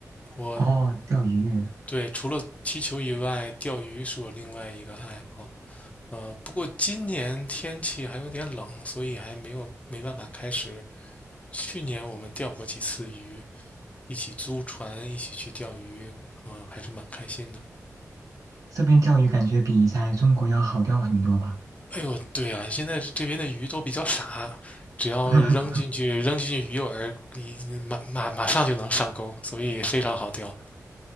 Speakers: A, on the left; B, on the right.
A: 我
B: 哦，钓鱼，
A: 对除了踢球以外，钓鱼是我另外一个爱好。呃，不过今年天气还有点冷，所以还没有没办法开始。去年我们钓过几次鱼，一起租船，一起去钓鱼，呃，还是蛮开心的。
B: 这边钓鱼感觉比在中国要好钓很多吧？
A: 哎呦，对啊，现在这边的鱼都比较傻，只要扔进去扔进去鱼饵，
B: <laughs>
A: 你马马马上就能上钩，所以非常好钓。